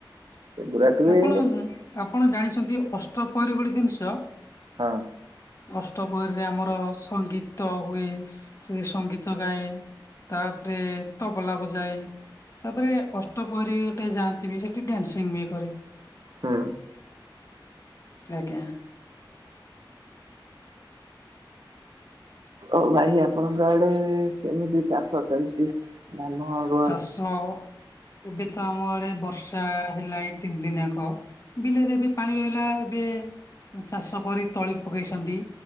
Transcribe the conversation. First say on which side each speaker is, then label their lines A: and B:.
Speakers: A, on the right; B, on the left.
A: ସେଗୁଡାକ ବି
B: ଆପଣ ଆପଣ ଜାଣିଛନ୍ତି ଅଷ୍ଟପହରୀ ଗୋଟେ ଜିନିଷ
A: ହଁ
B: ଅଷ୍ଟପହରୀରେ ଆମର ସଙ୍ଗୀତ ହୁଏ। ସେଠି ସଙ୍ଗୀତ ଗାଏ ତାପରେ ତବଲା ବଜାଏ। ତାପରେ ଅଷ୍ଟପହରି ଗୋଟେ ଯାଆନ୍ତି ବି ସେଠି ଡନ୍ସିଂ ବି କରେ।
A: ହୁଁ।
B: ଆଜ୍ଞା।
A: ଓ ଭାଇ ଆପଣଙ୍କ ଆଡେ କେମିତି ଚାଷ ଚାଲିଛି? ଧାନ ଆଗ
B: ଚାଷ ଏବେ ତ ଆମ ଆଡେ ବର୍ଷା ହେଲା ଏ ତିନି ଦିନିଆକ ବିଲରେ ଏବେ ପାଣି ରହିଲା ଏବେ ଚାଷ କରି ତଳି ପକେଇଛନ୍ତି।